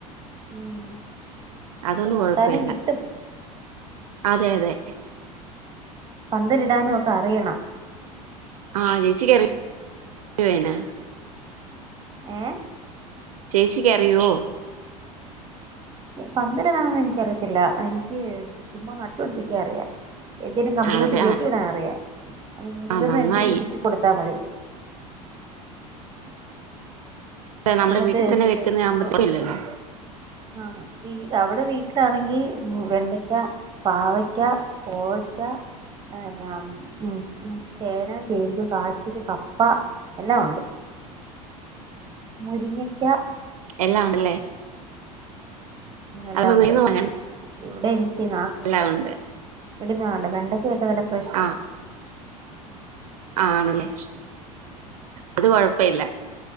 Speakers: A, on the right; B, on the right.
A: ഉം നമുക്ക്
B: അതൊന്നും
A: നട്ടാലും
B: കുഴപ്പല്ല
A: കിട്ടും
B: അതെ അതെ
A: പന്തലിടാനും ഒക്കെ അറിയണം
B: ആഹ് ചേച്ചി അറിയോ അയിന്
A: ഹേ
B: ചേച്ചിക്കറിയുവോ
A: പന്തല ഇടാനൊന്ന് എനിക്കറിയത്തില്ല എനിക്ക് ചുമ്മാ നട്ടുപടിപ്പിക്കാൻ അറിയാം എന്തേലും കമ്പിലോട്ട്
B: ആണല്ലേ
A: കേയറ്റി
B: ആ
A: വിടാൻ അറിയാം അത് വീഴുന്ന
B: ആ നന്നായി
A: അനുസരിച്ച് ചുറ്റി കൊടുത്താ മതി
B: അഹ് നമ്മുടെ
A: സമയത്ത്
B: വീട്ടിൽ തന്നെ
A: എന്തിട്ടാകുമ്പോ
B: വെക്കുന്ന ആകുമ്പോ കുഴപ്പമില്ലല്ലോ
A: ആഹ് അവിടെ വീട്ടിലാണെങ്കിൽ വെണ്ടയ്ക്ക പാവക്ക കോവക്ക പിന്നെ ചേന ചേമ്പ് കാച്ചിൽ കപ്പ എല്ലാം ഉണ്ട് മുരിങ്ങക്ക
B: എല്ലാം ഉണ്ടല്ലേ അതാവുമ്പോ
A: എല്ലാം ഉണ്ട്
B: വെളിന്ന് വാങ്ങണ്ട
A: ഇവിടെ എനി എനിക്ക് <unintelligible>
B: എല്ലാം ഉണ്ട്
A: ഇടുന്നതണ്ട് വെണ്ട വെണ്ടയ്ക്ക ഒക്കെ നല്ല ഫ്രഷ്
B: ആ ആണല്ലേ അത് കൊഴപ്പ ഇല്ല